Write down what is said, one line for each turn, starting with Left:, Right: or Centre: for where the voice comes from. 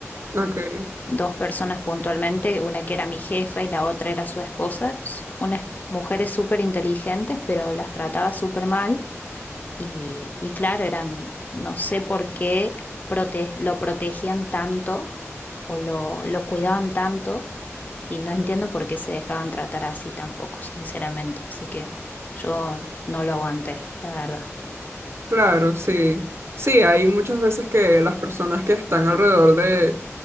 Right: ok.
Left: dos personas puntualmente, una que era mi jefa y la otra era su esposa, s- unas mujeres súper inteligentes, pero las trataba súper mal y, y claro, eran, no sé por qué prote- lo protegían tanto o lo, lo cuidaban tanto y no entiendo por qué se dejaban tratar así tampoco, sinceramente, así que yo no lo aguanté, la verdad.
Right: Claro, sí. Sí, hay muchas veces que las personas que están alrededor de,